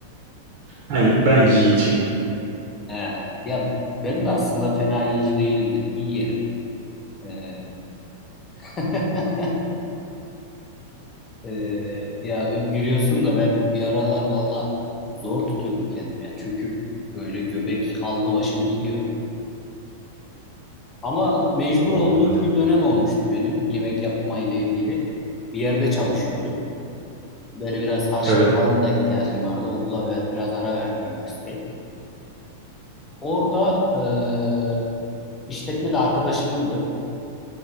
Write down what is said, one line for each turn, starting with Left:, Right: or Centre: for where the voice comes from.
Right: Ben, ben yiyeceğim.
Left: He. Ya ben de aslında fena yiyici değilimdir. İyi yerim. Ee, <laughs> Ee, ya gülüyorsun da ben bir aralar valla zor tutuyordum kendim ya. Çünkü böyle göbek aldı başını gidiyor. Ama mecbur
Right: Doğrudur.
Left: olduğum bir dönem olmuştu benim yemek yapma ile ilgili. Bir yerde çalışıyordum. Böyle biraz harçlık
Right: Evet.
Left: falan da ihtiyacım vardı. Okula bir- biraz ara verdim üniversiteye. Orada eee işletme de arkadaşımındı.